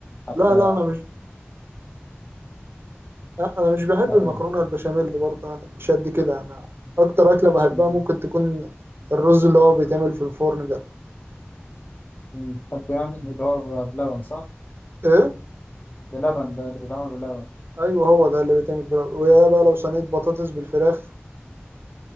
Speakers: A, on the left; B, on the right.
A: حتى
B: لا لا انا مش انا مش بحب
A: لا
B: المكرونه
A: ايه
B: البشاميل برضه يعني مش قد كده انا اكتر اكله بحبها
A: اسمه
B: ممكن تكون الرز اللي هو بيتعمل في الفرن ده
A: بحب يعني اللي هو بلبن صح
B: ايه
A: بلبن ده اللي بيتعمل بلبن
B: ايوه هو ده اللي بيتعمل بالفراخ ويا بقى لو صينيه بطاطس بالفراخ